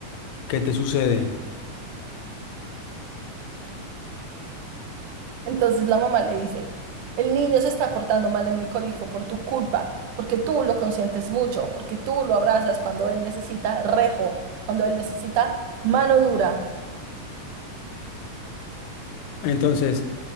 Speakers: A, on the left; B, on the right.
A: ¿Qué te sucede?
B: Entonces la mamá le dice, el niño se está portando mal en el colegio por tu culpa, porque tú lo consientes mucho, porque tú lo abrazas cuando él necesita rejo, cuando él necesita mano dura.
A: Entonces,